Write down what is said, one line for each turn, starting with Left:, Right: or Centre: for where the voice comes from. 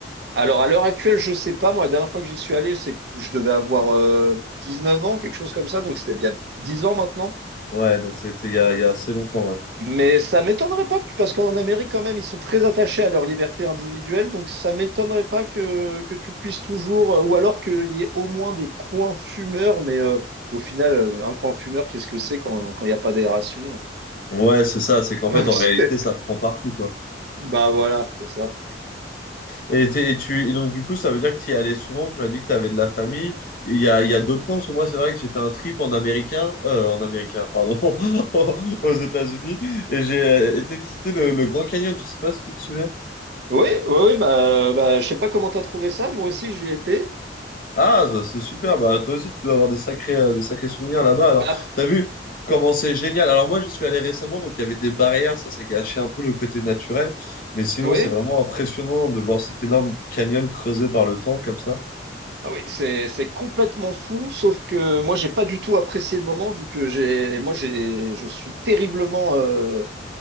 Right: Alors, à l'heure actuelle, je sais pas, moi, la dernière fois que j'y suis allé, c'est que je devais avoir euh, 19 ans, quelque chose comme ça, donc c'était bien 10 ans maintenant.
Left: Ouais, donc c'était il y a, il y a assez longtemps, ouais.
Right: Mais ça m'étonnerait pas que, parce qu'en Amérique, quand même, ils sont très attachés à leur liberté individuelle, donc ça m'étonnerait pas que, que tu puisses toujours, euh, ou alors qu'il y ait au moins des coins fumeurs, mais euh, au final, euh, un coin fumeur, qu'est-ce que c'est quand, quand il n'y a pas d'aération? euh
Left: Ouais, c'est ça, c'est qu'en
Right: <laughs> Ouais,
Left: fait, en
Right: C'est-
Left: réalité, ça prend partout, quoi.
Right: Bah voilà, c'est ça.
Left: Et, t'es- et tu, et donc, du coup, ça veut dire que tu y allais souvent, tu m'as dit que tu avais de la famille. Il y a, il y a d'autres camps, parce que moi, c'est vrai que j'ai fait un trip en américain, euh, en américain, pardon, <laughs> aux États-Unis, et j'ai euh, été visiter le, le Grand Canyon, je sais pas si tu te souviens.
Right: Oui, oui, oui, bah, bah je sais pas comment t'as trouvé ça, moi aussi j'y étais.
Left: Ah, ça, c'est super. Bah, toi aussi, tu dois avoir des sacrés, euh, des sacrés souvenirs là-bas. Alors,
Right: Bah, après-
Left: t'as vu comment c'est génial. Alors, moi, j'y suis allé récemment, donc il y avait des barrières. Ça, ça gâchait un peu le côté naturel. Mais sinon,
Right: oui.
Left: c'est vraiment impressionnant de voir cet énorme canyon creusé par le temps comme ça.
Right: Ah oui, c'est c'est complètement fou, sauf que moi j'ai pas du tout apprécié le moment vu que j'ai moi j'ai je suis terriblement euh,